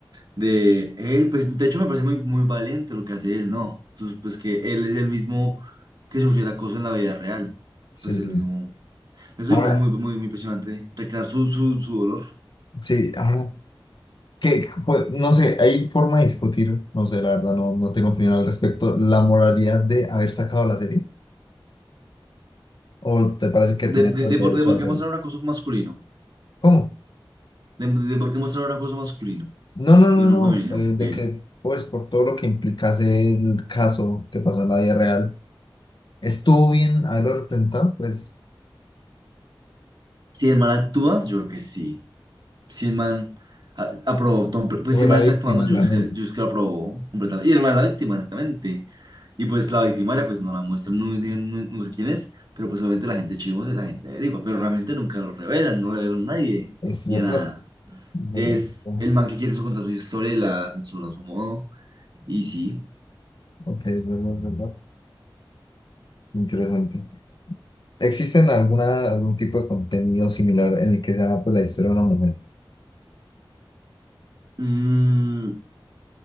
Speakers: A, on the right; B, on the left.
A: de él. Pues de hecho me parece muy, muy valiente lo que hace él, ¿no? Pues, pues que él es el mismo que sufrió el acoso en la vida real
B: Sí,
A: pues el
B: sí.
A: mismo Eso
B: Ahora,
A: me parece muy, muy, muy impresionante, recrear su, su, su dolor.
B: sí, ahora, que, pues, no sé, hay forma de discutir, no sé, la verdad, no, no tengo opinión al respecto, la moralidad de haber sacado la serie, o te parece que tiene
A: De,
B: todo
A: de, de
B: el derecho
A: por, de por
B: a hacerlo.
A: qué mostrar un acoso masculino.
B: ¿Cómo?
A: De, de por qué mostrar un acoso masculino
B: No, no, no,
A: y no
B: no,
A: femenino.
B: eh, de
A: que
B: que, pues, por todo lo que implicase el caso que pasó en la vida real, estuvo bien haberlo representado, pues,
A: Si el man actúa, yo creo que sí. Si el man a- aprobó, tom- pues
B: fue
A: si el
B: la
A: man está
B: víctima,
A: actuando, yo
B: realmente.
A: creo que, yo creo que lo aprobó completamente. Y el man es la víctima, exactamente. Y pues la victimaria, pues no la muestran, no dicen nu- nunca quién es, pero pues obviamente la gente chismosa y la gente averigua, pero realmente nunca lo revelan, no revelan a nadie,
B: Es
A: ni
B: verdad,
A: a nada.
B: es
A: Es
B: verdad, bueno,
A: el man que quiere su contar su historia y la censura a su modo. Y sí.
B: ok, es verdad, es verdad, interesante. ¿Existen alguna, algún tipo de contenido similar en el que se haga pues, la historia de una mujer?
A: Mm,